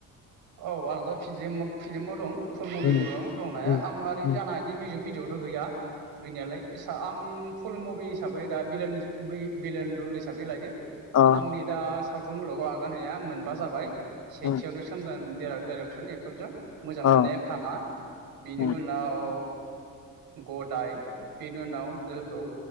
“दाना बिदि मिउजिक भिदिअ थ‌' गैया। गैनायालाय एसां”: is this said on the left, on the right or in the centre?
Right